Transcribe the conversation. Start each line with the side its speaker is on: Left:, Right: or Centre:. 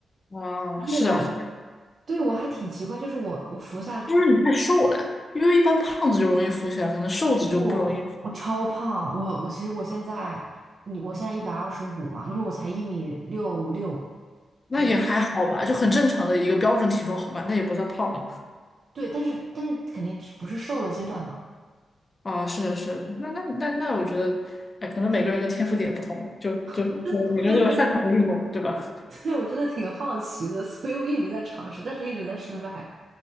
Left: 啊，
Right: 然后我
Left: 是啊，
Right: 对我还挺奇怪，就是我我服下
Left: 就是你太瘦了，因为一般胖子就容易浮起来，可能瘦子就不容易。
Right: 我我超胖，我我其实我现在你我现在一百二十五嘛，因为我才一米六六
Left: 那也还好吧，
Right: 六，
Left: 就很正常的一个标准体重，好吧，那也不算胖了
Right: 对，但是但是肯定是不是瘦的阶段嘛，
Left: 啊。是的，是的，那那那那，我觉得，哎，可能每个人的天赋点不同吧，就就呃每个人都有擅长的运动嘛，
Right: 我真的我真的
Left: 对吧？
Right: <laughs> 对我真的挺好奇的，所以我一直在尝试，但是一直在失败，